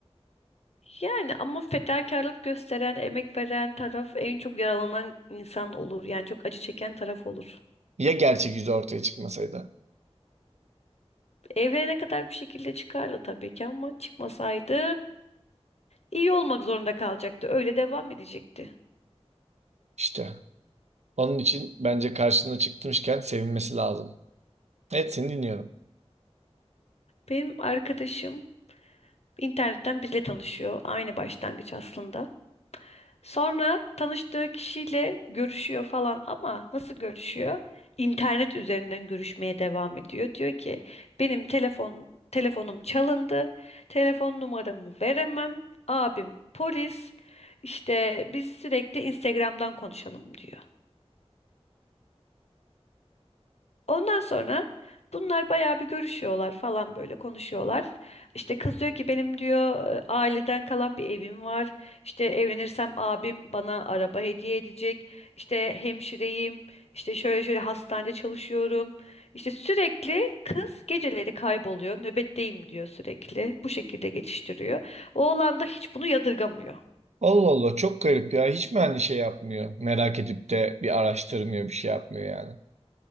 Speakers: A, on the left (about 70°); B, on the right (about 85°).
A: Yani ama fedakarlık gösteren, emek veren taraf en çok yaralanan insan olur. Yani çok acı çeken taraf olur.
B: Ya gerçek yüzü ortaya çıkmasaydı?
A: Evlenene kadar bir şekilde çıkardı tabii ki ama çıkmasaydı iyi olmak zorunda kalacaktı. Öyle devam edecekti.
B: İşte. Onun için bence karşına çıkmışken sevinmesi lazım. Evet seni dinliyorum.
A: Benim arkadaşım internetten biriyle tanışıyor. Aynı başlangıç aslında. Sonra tanıştığı kişiyle görüşüyor falan ama nasıl görüşüyor? İnternet üzerinden görüşmeye devam ediyor. Diyor ki benim telefon telefonum çalındı. Telefon numaramı veremem. Abim polis. İşte biz sürekli Instagram'dan konuşalım diyor. Ondan sonra bunlar bayağı bir görüşüyorlar falan böyle konuşuyorlar. İşte kız diyor ki benim diyor e, aileden kalan bir evim var. İşte evlenirsem abim bana araba hediye edecek. İşte hemşireyim. İşte şöyle şöyle hastanede çalışıyorum. İşte sürekli kız geceleri kayboluyor. Nöbetteyim diyor sürekli. Bu şekilde geçiştiriyor. Oğlan da hiç bunu yadırgamıyor.
B: Allah Allah çok garip ya. Hiç mi hani şey yapmıyor? Merak edip de bir araştırmıyor bir şey yapmıyor yani.